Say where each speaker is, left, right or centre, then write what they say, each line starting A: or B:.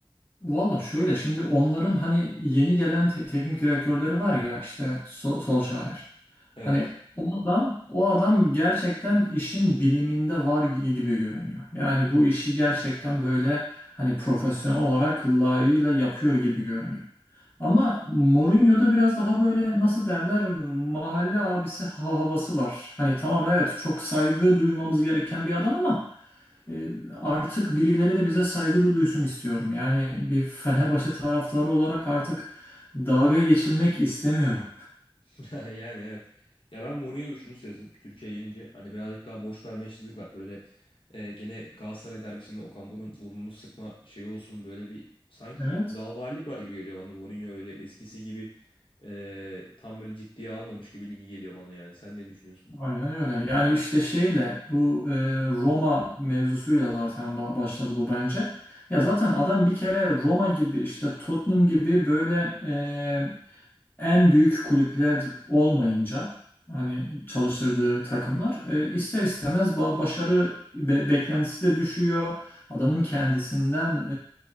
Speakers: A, on the left (about 25°); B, on the left (about 70°).
A: Valla şöyle şimdi onların hani yeni gelen te- teknik direktörleri var ya işte Sol Solskjaer.
B: Evet.
A: Hani o adam o adam gerçekten işin biliminde var gi- gibi görünüyor. Yani bu işi gerçekten böyle hani profesyonel olarak layığıyla yapıyor gibi görünüyor. Ama Mourinho'da biraz daha böyle nasıl derler mahalle abisi ha- havası var. Hani tamam evet çok saygı duymamız gereken bir adam ama e, Artık birileri de bize saygı du- duysun istiyorum. Yani bir Fenerbahçe taraftarı olarak artık dalga geçilmek istemiyorum.
B: <laughs> Yani evet. Ya ben Mourinho'da şunu sezdim. Türkiye'ye gelince hani birazcık daha boş vermeçlilik var. Böyle e, gene Galatasaray derbisinde Okan Burun burnunu sıkma şeyi olsun böyle bir sanki
A: Evet,
B: laubalilik var gibi geliyor bana. Mourinho öyle eskisi gibi e, tam böyle ciddiye almamış gibi ligi geliyor bana yani. Sen ne düşünüyorsun?
A: aynen öyle. Yani işte şeyle bu e, Roma mevzusuyla zaten ba- başladı bu bence. Ya zaten adam bir kere Roma gibi işte Tottenham gibi böyle e, en büyük kulüpler olmayınca hani çalıştırdığı takımlar e, ister istemez ba- başarı be- beklentisi de düşüyor. Adamın kendisinden